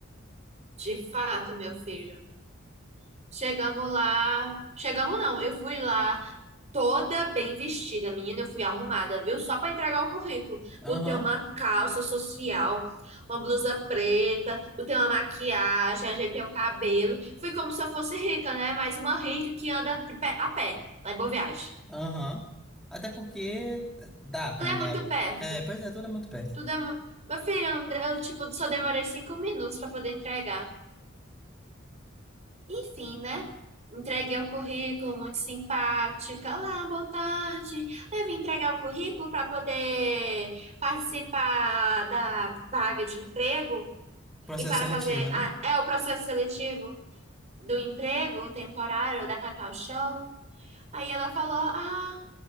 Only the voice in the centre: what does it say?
Aham.
Aham. Até porque eh, dá pra
andar.
É, pois é, tudo é muito perto.
Processo
seletivo,
né?